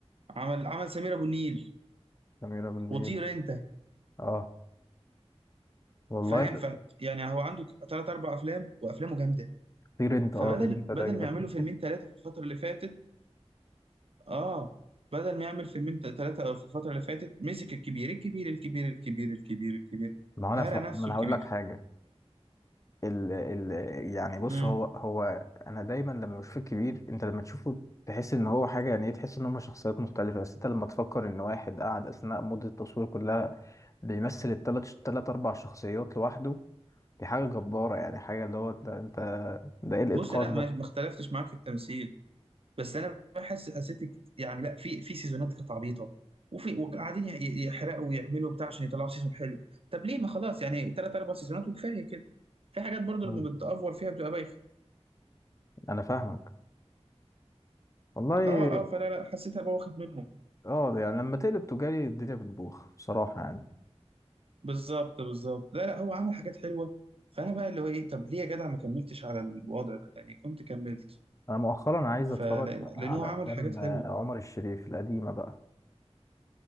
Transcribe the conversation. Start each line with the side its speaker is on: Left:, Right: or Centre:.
Right: عمل عمل سمير ابو النيل
Left: سميرة بالنيل
Right: وطير انت
Left: اه والله
Right: فاهم ف يعني هو عنده ثلاث اربع افلام وافلامه جامده
Left: طير انت
Right: فبدل
Left: اه طير انت ده
Right: بدل
Left: جامد
Right: ما يعملوا فيلمين
Left: <laughs>
Right: ثلاثه في الفتره اللي فاتت اه بدل ما يعمل فيلمين ثلاثه في الفتره اللي فاتت مسك الكبير الكبير الكبير الكبير الكبير الكبير
Left: ما هو
Right: هرى
Left: انا ف... ما
Right: نفسه
Left: انا
Right: الكبير
Left: هقول لك حاجة ال ال يعني بص
Right: امم
Left: هو هو انا دايما لما بشوف الكبير انت لما تشوفه تحس ان هو حاجه يعني ايه تحس ان هم شخصيات مختلفه بس انت لما تفكر ان واحد قعد اثناء مده التصوير كلها بيمثل الثلاث ثلاث اربع شخصيات لوحده دي حاجه جباره يعني حاجه اللي هو ده انت ده ايه الاتقان
Right: بص لا ما
Left: ده
Right: ما اختلفتش معاك في التمثيل بس انا بحس حسيت ك- يعني لا في في سيزونات كانت عبيطه وفي وقاعدين ي- ي- يحرقوا ويعملوا بتاع عشان يطلعوا سيزون حلو طب ليه ما خلاص يعني ثلاث اربع سيزونات وكفايه كده في حاجات برضو
Left: مم.
Right: لما بتأفور فيها بتبقى بايخه
Left: انا فاهمك والله
Right: اه اه فلا لا حسيتها بقى واخد منهم
Left: اه يعني لما تقلب تجاري الدنيا بتبوخ بصراحه يعني
Right: بالظبط بالظبط لا لا هو عمل حاجات حلوه فانا بقى اللي هو ايه طب ليه يا جدع ما كملتش على الوضع ده يعني كنت كملت
Left: انا مؤخرا عايز
Right: فلا
Left: اتفرج
Right: لا،
Left: على
Right: لان هو عمل
Left: افلام
Right: حاجات حلوه
Left: آه، عمر الشريف القديمه بقى